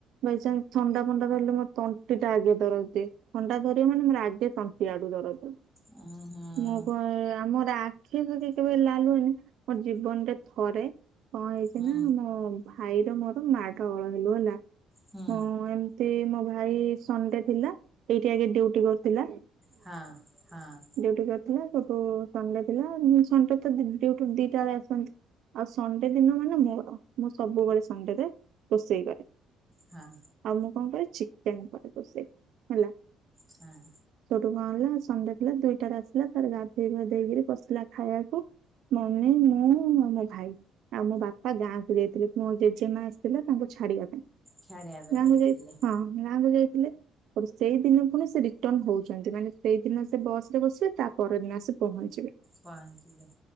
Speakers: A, on the right; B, in the centre.
A: ବାଇ ଚାନ୍ସ ଥଣ୍ଡା ଫଣ୍ଡା ଧରିଲେ, ମୋ ତଣ୍ଟି ଟା ଆଗେ ଦରଜ ଦିଏ। ଥଣ୍ଡା ଧରିିବ ମାନେ, ମୋର ଆଗେ ତଣ୍ଟି ଆଡୁ ଦରଜ।
B: ଅଁ, ହଁ।
A: <unintelligible> ଆମର ଆଖିଫାକି କେବେ, ଲାଲ୍ ହୁଏନି, ମୋ ଜୀବନରେ ଥରେ କଣ ହେଇଛି
B: ହୁଁ
A: ନା? ମୋ ଭାଇର ମୋର ମାଡ଼ଗୋଳ ହେଲୁ ହେଲା।
B: ହୁଁ
A: ହଁ, ଏମିତି ମୋ ଭାଇ ସଣ୍ଡେ ଥିଲା। ଏଇଠି ଆଗେ ଡ଼୍ୟୁଟି କରୁଥିଲା।
B: ହଁ, ହଁ।
A: ଡିଉଟିକରଥିଲା, ସେଠୁ ସଣ୍ଡେ ଥିଲା। ସଣ୍ଡେ ତ ଡ୍ୟୁଟି ଦିଟା ବେଳେ ଆସନ୍ତି। ଆଉ, ସଣ୍ଡେ ଦିନ ମାନେ ମୋର। ମୁଁ ସବୁବେଳେ ସଣ୍ଡେରେ ରୋଷେଇ କରେ।
B: ହଁ।
A: ଆଉ, ମୁଁ କଣ କରେ, ଚିକେନ କରେ ରୋଷେଇ ହେଲା।
B: ହଁ।
A: ସେଇଠୁ କଣ ହେଲା, ସଣ୍ଡେ ଥିଲା ଦୁଇଟାରେ ଆସିଲା, ତାର ଗାଧେଇ ପାଧେଇ କିରି ପସିଲା। ଖାଇଆକୁ ମମି, ମୁଁ, ଆଉ, ମୋ ଭାଇ। ଆଉ, ମୋ ବାପା ଗାଁକୁ ଯାଇଥିଲେ, ମୋ ଜେଜେମା ଆସିଥିଲା ତାଙ୍କୁ ଛାଡିବା ପାଇଁ।
B: ଛାଡ଼ିବା ପାଇଁ
A: ଗାଁକୁ
B: ଯାଇଥିଲେ
A: ଯାଇ ହଁ, ଗାଁକୁ ଯାଇଥିଲେ। ହଠୁ ସେଇ ଦିନ ପୁଣି ସେ ରିଟର୍ଣ ହଉଛନ୍ତି। ମାନେ ସେଇଦିନ ସେ ବସ୍ ରେ ବସିବେ, ତା ପରଦିନ ଆସି ପହଞ୍ଚିବେ।
B: ପଅଁଞ୍ଚିବେ।